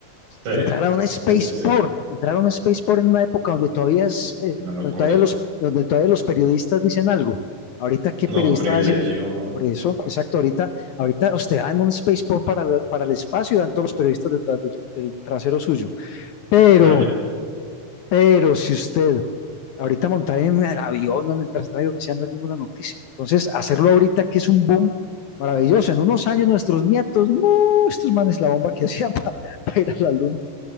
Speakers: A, on the right; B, on the left.
A: Sí,
B: entrar a un spaceport,
A: sí, sí, sí,
B: entrar a un spaceport en una época donde todavía es, eh,
A: una locura.
B: donde todavía los, donde todavía los periodistas dicen algo. Ahorita, ¿qué
A: No,
B: periodista
A: un privilegio.
B: va a decir? Por eso, exacto, ahorita, ahorita usted va en un spaceport para, la- para el espacio y van todos los periodistas detrás del, del trasero suyo. Pero,
A: Sí.
B: pero si usted ahorita montar en el avión o en el traslado que sea, no es ninguna noticia. Entonces, hacerlo ahorita que es un boom maravilloso. En unos años nuestros nietos, no, estos manes la bomba que hacían <laughs> para ir a la luna.